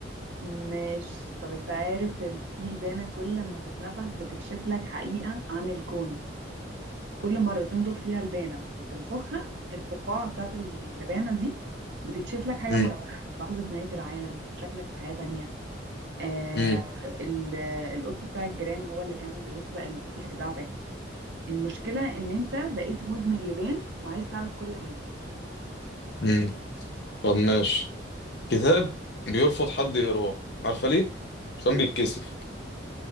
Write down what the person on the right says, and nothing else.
ماشي طب انت عارف ال- في البانة كل لما تتنفخ بتكشف لك حقيقة عن الكون كل مرة تمضغ فيها لبانة وتنفخها الفقاعة بتاعت اللبانة دي بتكشف لك حاجة
مرعبة لحظة نهاية العالم شكلك في حياة تانية آه
ال- القط بتاع الجيران هو اللي كان بيسرق المفاتيح بتاعتك المشكلة ان انت بقيت مدمن لبان وعايز تعرف كل حاجة
ليه؟